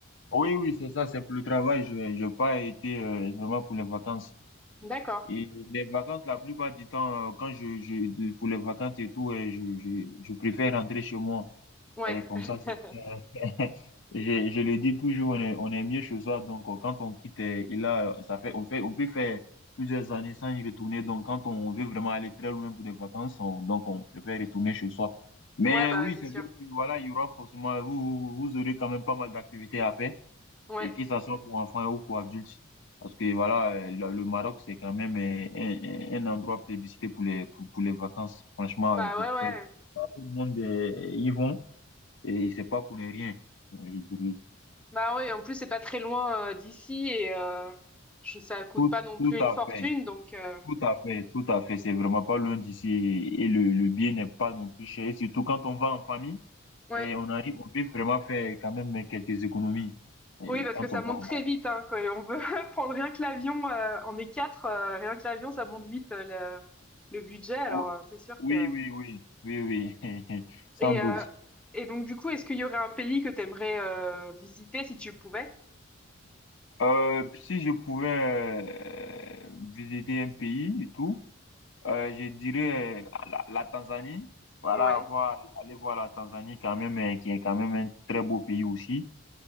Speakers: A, on the left (about 65°); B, in the centre.
A: Oui, oui, c'est ça, c'est pour le travail. Je n'ai pas été euh, vraiment pour les vacances.
B: D'accord.
A: Et les vacances, la plupart du temps, euh, quand je, je de- pour les vacances et tout, euh, je, je, je préfère rentrer chez moi.
B: Ouais.
A: Elle est comme
B: <laughs>
A: ça, c'est bien. <laughs> Je, je le dis toujours, on est, on est mieux chez soi. Donc, euh, quand on quitte, euh, et là, euh, ça fait, on fait, on peut faire plusieurs années sans y retourner. Donc, quand on veut vraiment aller très loin pour des vacances, on- donc, on préfère retourner chez soi. Mais
B: Ouais, bah,
A: oui,
B: c'est
A: c'est
B: sûr.
A: vrai que, voilà, il y aura forcément, vous, vous aurez quand même pas mal d'activités à faire.
B: Ouais.
A: Et que ça soit pour enfants ou pour adultes. Parce que, voilà, euh, le, le Maroc, c'est quand même euh, un, un un endroit plébiscité pour les, pour, pour les vacances. Franchement,
B: Bah,
A: euh, pour,
B: ouais, ouais.
A: pour tout le monde, euh, y vont. Et c'est pas pour ne rien, euh, je dirais.
B: Bah, ouais, en plus, c'est pas très loin euh, d'ici et euh, je- ça coûte
A: Tout,
B: pas non
A: tout
B: plus une
A: à
B: fortune.
A: fait,
B: Donc, euh,
A: tout à fait, tout à fait. C'est vraiment pas loin d'ici. Et le, le bien n'est pas non plus cher. Et surtout quand on va en famille
B: ouais.
A: et on arrive, on peut vraiment faire quand même quelques économies. Et
B: Oui, parce
A: quand
B: que ça
A: on va
B: monte
A: au
B: très
A: Maroc.
B: vite, hein, quand on veut <laughs> prendre rien que l'avion, euh, on est quatre, euh, rien que l'avion, ça monte vite euh, le, le budget, alors
A: Oh,
B: euh, c'est sûr
A: oui,
B: que...
A: oui, oui, oui, oui, <laughs> sans
B: Et,
A: doute.
B: euh, et donc du coup, est-ce qu'il y aurait un pays que t'aimerais euh, visiter si tu pouvais?
A: Euh, si je pouvais euh, visiter un pays et tout, Euh, je dirais euh, la, la Tanzanie. Voilà,
B: Ouais,
A: voir, aller voir la Tanzanie quand même, euh, qui est quand même un très beau pays aussi.